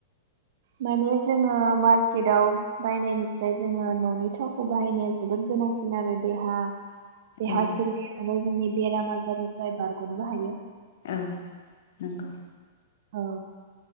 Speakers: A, on the right; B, on the left.
A: माने जोङो मार्केटाव बायनायनिस्राय जोङो ननि थावखौ बाहायनाया जोबोद गोनांसिन आरो देहा। देहा
B: औ
A: सोलेर। आरो जोंनि बेराम आजारनिफ्राय बारगनोबो हायो।
B: औ नंगौ।
A: औ